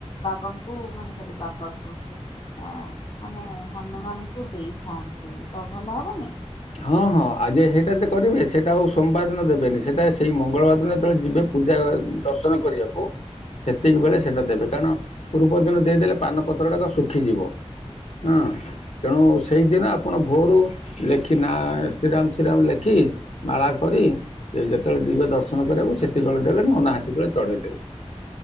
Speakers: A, on the left; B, on the left.
A: ବାବାଙ୍କୁ ମାନେ ସେଠି ବାବା କହୁଛି ମାନେ ହନୁମାନଙ୍କୁ ଦେଇଥାନ୍ତି ତ ଭଲ ହବନି।
B: ହଁ ହଁ ଆଜି ସେଇଟା ଯେ କରିବେ ସେଇଟା ଆଉ ସୋମବାର ଦିନ ଦେବେନି ସେଟା ସେଇ ମଙ୍ଗଳବାର ଦିନ ଯେତେବେଳେ ଯିବେ ପୂଜା ଦର୍ଶନ କରିବାକୁ ସେତିକି ବେଳେ ସେଟା ଦେବେ କାରଣ ପୂର୍ବ ଦିନ ଦେଇଦେଲେ ପାନ ପତ୍ରଟା ତ ଶୁଖିଯିବ ହଁ ତେଣୁ ସେଇଦିନ ଆପଣ ଭୋରୁ ଲେ ନା ଶ୍ରୀରାମ ଶ୍ରୀରାମ ଲେଖି ମାଳା କରି ଯେତେବେଳେ ଯିବେ ଦର୍ଶନ କରିବାକୁ ସେତିକିଳେ ଦେବେ ନ ନାହାତିକଳେ ଚଢେଇ ଦେବେ।